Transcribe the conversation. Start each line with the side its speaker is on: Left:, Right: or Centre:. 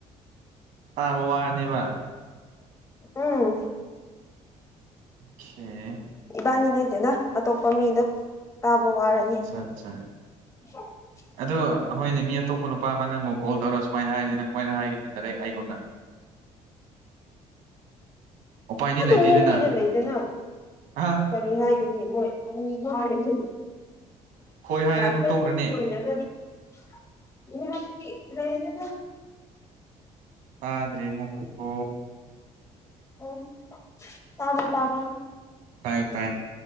Right: ꯇꯥꯕ ꯋꯥꯔꯅꯤꯕ
Left: ꯎꯝ
Right: ꯈꯦ
Left: ꯏꯕꯥꯅꯤ ꯅꯠꯇꯦꯗ ꯑꯇꯣꯞꯄ ꯃꯤꯗꯣ ꯇꯥꯕ ꯋꯥꯔꯦ
Right: ꯑꯠꯆꯥ ꯑꯠꯆꯥ
Left: <inaudible>
Right: ꯑꯗꯣ ꯍꯣꯏꯅꯦ ꯃꯤ ꯑꯇꯣꯞꯄ ꯅꯨꯄꯥ ꯑꯃ ꯅꯪꯕꯨ ꯀꯣꯜ ꯇꯧꯔ ꯁꯨꯃꯥꯏꯅ ꯍꯥꯏꯔꯤ ꯅꯪ ꯀꯃꯥꯏꯅ ꯍꯥꯏꯒꯗꯤ ꯗꯥꯏꯔꯦꯛ ꯑꯩꯒꯨꯝꯅ ꯎꯄꯥꯏꯗꯤ
Left: ꯑꯗꯨ
Right: ꯂꯩꯇꯦꯗꯅ
Left: ꯃꯤ ꯃꯤꯗ ꯂꯩꯗꯅ
Right: ꯍꯥ
Left: ꯀꯔꯤ ꯍꯥꯏꯒꯅꯤ ꯃꯣꯏ <unintelligible> <unintelligible>
Right: ꯍꯣꯏ ꯍꯥꯏꯔꯒ ꯑꯗꯨꯝ ꯇꯣꯛꯈ꯭ꯔꯅꯦ
Left: ꯂꯩꯗꯅ
Right: ꯇꯗ꯭ꯔꯦ ꯑꯃꯨꯛꯀ ꯄꯨ
Left: ꯎꯝ ꯇꯥꯕ꯭ꯔꯥ ꯇꯥꯕ꯭ꯔꯥ
Right: ꯇꯥꯏꯌꯦ ꯇꯥꯏ